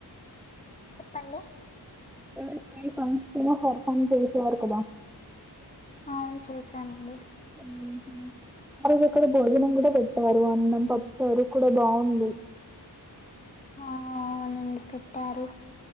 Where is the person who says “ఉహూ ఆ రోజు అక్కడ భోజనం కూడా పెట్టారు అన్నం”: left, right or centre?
Centre